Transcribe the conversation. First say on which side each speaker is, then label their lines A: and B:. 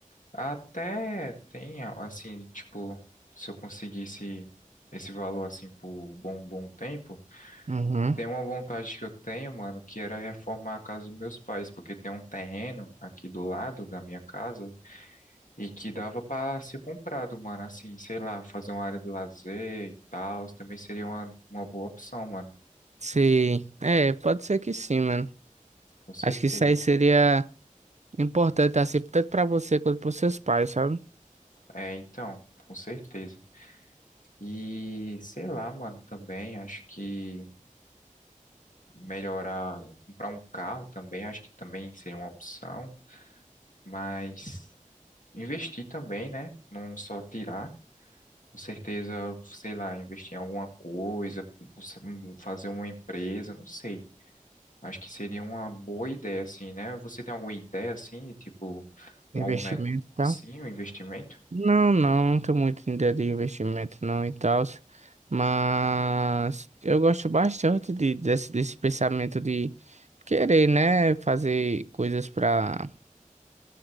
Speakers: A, on the left; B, on the right.
A: Até tem assim, tipo, se eu conseguisse esse valor assim por um bom bom tempo
B: Uhum.
A: Tem uma vontade que eu tenho, mano, que era reformar a casa dos meus pais, porque tem um terreno aqui do lado da minha casa e que dava pra ser comprado, mano, assim, sei lá, fazer uma área de lazer e tal, também seria uma, uma boa opção, mano,
B: Sim. É, pode ser que sim, mano.
A: com certeza.
B: Acho que isso aí
A: né?
B: seria importante, assim, tanto pra você quanto pros seus pais, sabe?
A: É, então, com certeza. E sei lá, mano, também acho que melhorar, comprar um carro também, acho que também seria uma opção, mas investir também, né? Não só tirar. Com certeza, sei lá, investir em alguma coisa, fazer uma empresa, não sei. Acho que seria uma boa ideia, assim, né? Você tem alguma ideia, assim, tipo,
B: Investimento
A: um, algum negócio,
B: e tal.
A: sim, um investimento?
B: Não, não, não tô muito em ideia de investimento não e tal, mas eu gosto bastante de, desse, desse pensamento de querer, né, fazer coisas pra